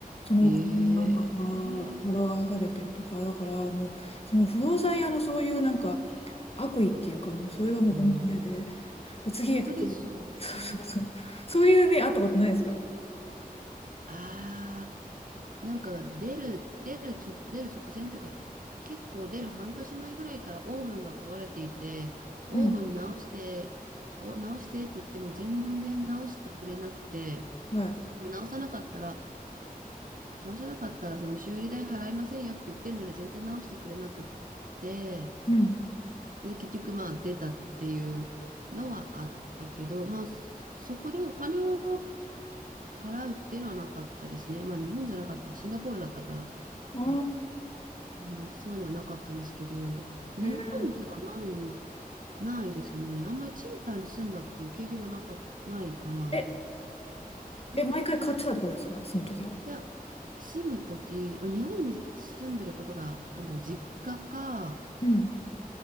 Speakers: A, on the left; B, on the right.
A: その子になんかは払わされたりとか、
B: えー、
A: だからもう、その不動産屋のそういうなんか悪意っていうか、もうそれがもう本当に嫌で、
B: うん、
A: で次、
B: 本当ですよね。
A: ちょっと、そうそうそう、そういう目あったことないですか
B: ああ。なんか出る、出るちょ、出る直前というか、結構出る半年前ぐらいからオーブンが壊れていて、オーブン直して、
A: うん。
B: お、直してって言っても全然直してくれなくて、
A: はい。
B: もう直さなかったら、直さなかったらその修理代払いませんよって言ってんのに全然直してくれなくって、
A: うん。
B: で、結局まあ出たっていうのはあったけど、まあそこでお金を払うっていうのはなかったですね。まあ日本じゃなかった、シンガポールだったから。
A: ああ、
B: ね、まあ、そういうのはなかったんですけど、日本ではない、
A: へえー
B: ないですね。あんまり賃貸に住んだっていう経験がなか、ないから、
A: え、
B: うん、
A: え、毎回買ってたってことですかその時は。
B: いや、住むとき、まあ、日本に住んでることが、なんだろう、実家か、
A: うん。